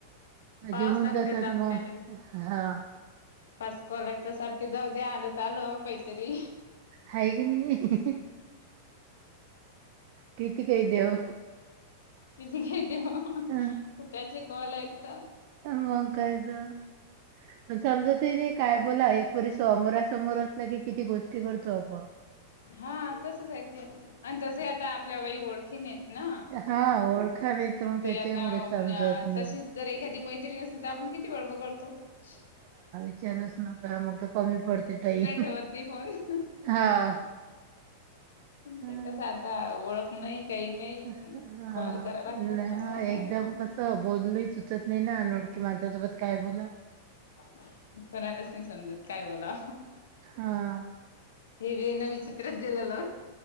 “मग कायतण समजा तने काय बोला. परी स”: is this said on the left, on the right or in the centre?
Right